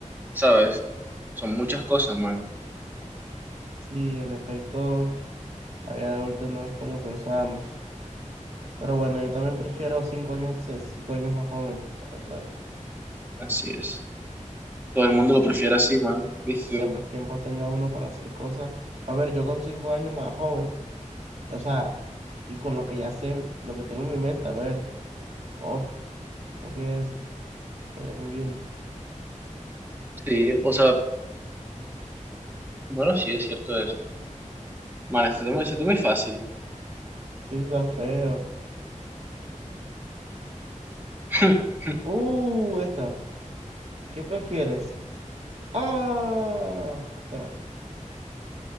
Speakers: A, on the right; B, on the right.
A: ¿sabes? Son muchas cosas, man.
B: Sí, en efecto, la vida de adulto no es como pensábamos. Pero bueno, yo también prefiero cinco años, ser cinco años más joven, la verdad.
A: Así es. Todo el mundo lo prefiere así, man. ¿Viste?
B: entre más tiempo tenga uno para hacer cosas. A ver, yo con cinco años más joven, o sea, y con lo que ya sé, lo que tengo en mi mente, a ver, uff, lo que es, estaría muy bien.
A: Sí, o sea, bueno, sí es cierto eso. Bueno, este tema, este tema es fácil.
B: Sí, está feo.
A: <laughs>
B: Uh, esta, ¿qué prefieres? Ah, espera,